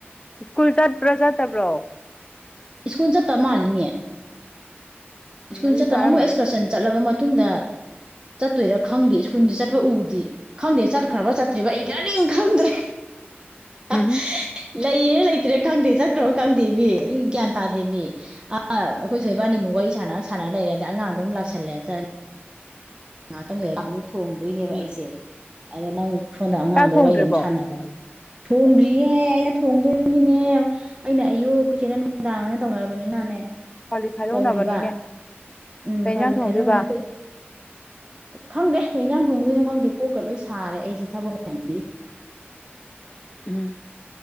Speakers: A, on the left; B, on the right.
A: ꯁ꯭ꯀꯨꯜ ꯆꯠꯄ꯭ꯔꯥ ꯆꯠꯇꯕ꯭ꯔꯣ
B: ꯏꯁ꯭ꯀꯨꯣꯥꯜ ꯆꯠꯇ ꯃꯥꯂꯤꯅꯦ
A: ꯎꯝ
B: ꯁ꯭ꯀꯨꯜ
A: ꯑꯗꯨꯗꯤ
B: ꯆꯠꯇ
A: ꯊꯥꯔꯝꯃꯅꯤ
B: ꯃꯣꯏ ꯑꯦꯛꯁꯀꯔꯁꯟ ꯆꯠꯂꯕ ꯃꯇꯨꯡꯗ ꯆꯠꯇꯣꯏꯔ ꯈꯪꯗꯦ ꯏꯩꯁꯨ ꯁ꯭ꯀꯨꯟꯁꯨ ꯆꯠꯄ ꯎꯗꯦ ꯈꯪꯗꯦ ꯆꯠꯈ꯭ꯔꯕ꯭ꯔ ꯆꯠꯇ꯭ꯔꯤꯕ ꯑꯩ ꯀꯔꯤꯝ ꯈꯪꯗ꯭ꯔꯦ ꯍꯥ
A: ꯎꯝ
B: ꯂꯩꯔꯤꯔ ꯂꯩ ꯆꯠꯇ꯭ꯔꯤꯔ ꯈꯪꯗꯦ ꯆꯠꯈ꯭ꯔꯕ ꯈꯪꯗꯦ ꯃꯤ ꯑꯩ ꯒ꯭ꯌꯥꯟ ꯇꯥꯗꯦꯕꯤ ꯑꯥ ꯑꯩꯈꯣꯏ ꯊꯣꯏ ꯏꯕꯥꯅꯤꯃꯨꯛ ꯋꯥꯔꯤ ꯁꯥꯟꯅ ꯁꯥꯟꯅ ꯂꯩꯔꯦ ꯑꯗꯩ ꯑꯉꯥꯡꯗꯣ ꯑꯃꯨꯛ ꯂꯥꯛꯁꯜꯂꯦ ꯆꯠꯅꯤ ꯉꯥꯇꯪ ꯂꯩꯔ ꯊꯣꯡꯗꯣꯏꯅꯦꯕ
A: ꯎꯝ
B: ꯑꯩꯁꯦ ꯑꯗ ꯅꯪ ꯁꯣꯟꯗ ꯑꯉꯥꯡꯗꯨꯒ
A: ꯆꯥꯛ ꯊꯣꯡꯗ꯭ꯔꯤꯕꯣ
B: ꯋꯥꯔꯤꯗꯨꯃꯨꯛ ꯁꯥꯟꯅꯕ ꯊꯣꯡꯗ꯭ꯔꯤꯌꯦ ꯑꯩꯅ ꯊꯣꯡꯗꯣꯏꯅꯤꯅꯦ ꯑꯩꯅ ꯑꯌꯨꯛ ꯈꯧꯏ ꯆꯦꯅ ꯅꯨꯡꯗꯥꯡ ꯍꯥꯏꯅ ꯇꯧꯅꯔꯕꯅꯤꯅꯅꯦ
A: ꯀꯣꯜꯂꯤꯛ ꯈꯥꯏꯗꯣꯛꯅꯕꯅꯤꯅꯦ
B: ꯇꯧꯔꯤꯕ ꯎꯝ
A: ꯀꯩ
B: ꯄꯥꯂꯤ
A: ꯏꯟꯖꯥꯡ ꯊꯣꯡꯗꯣꯏꯕ
B: ꯈꯥꯏꯗꯣꯛꯅꯩ ꯑꯩꯈꯣꯏ ꯈꯪꯗꯦ ꯀꯩ ꯌꯦꯟꯖꯥꯡ ꯊꯣꯡꯗꯣꯏꯅꯣ ꯈꯪꯗꯦ ꯀꯣꯛꯀ ꯂꯣꯏ ꯁꯥꯔꯦ ꯑꯩꯁꯦ ꯊꯕꯛ ꯃꯌꯥꯝꯖꯤꯒꯤ
A: ꯎꯝ